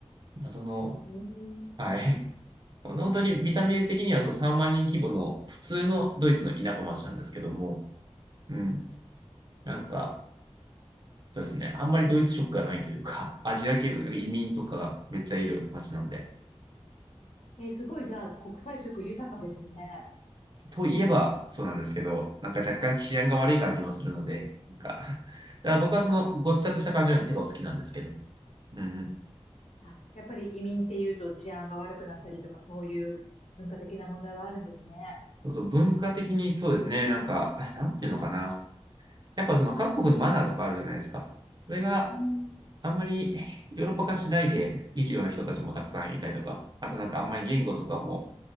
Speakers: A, on the right; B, on the left.
A: その、
B: うん。
A: はい。<laughs> 本当に見た目的にはその3万人規模の普通のドイツの田舎町なんですけども、うん。なんか、そうですね。あんまりドイツ色がないというか、<laughs> アジア系のなんか移民とかがめっちゃいる街なんで。
B: えーすごい、じゃあ、国際色豊かですね。
A: といえばそうなんですけど、なんか若干治安が悪い感じもするので、なんか <laughs> だから僕はそのごっちゃっとした感じが結構好きなんですけど。うんうん。
B: あ、やっぱり移民っていうと治安が悪くなったりとか、そういう文化的な問題はあるんですね。
A: あと文化的にそうですね。なんか、<laughs> なんていうのかな。やっぱその各国のマナーとかあるじゃないですか。それが
B: うん。
A: あんまりヨーロッパ化しないでいるような人たちもたくさんいたりとか、あとなんかあんまり言語とかも